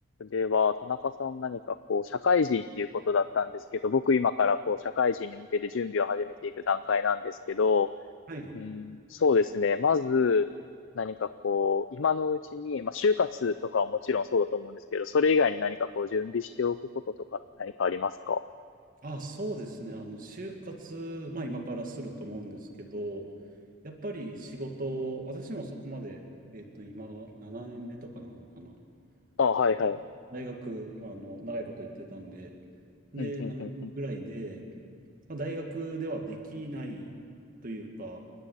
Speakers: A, on the left; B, on the right.
A: では、田中さん何かこう、社会人っていうことだったんですけど、僕今からこう、社会人に向けて準備を始めていく段階なんですけど、
B: はい。
A: うん、そうですね。まず、何かこう、今のうちに、まあ、就活とかはもちろんそうだと思うんですけど、それ以外に何かこう、準備しておくこととか何かありますか
B: あ、そうですね。あの、就活、まあ今からすると思うんですけど、やっぱり仕事、私もそこまで、えっと、今が7年目とかなのかな。
A: あ、はいはい。
B: あ大学、あの、長いこと行ってたんで、で、
A: うん、うん、
B: 7年ぐらいで、
A: うん、うん、
B: まあ、大学ではできないというか、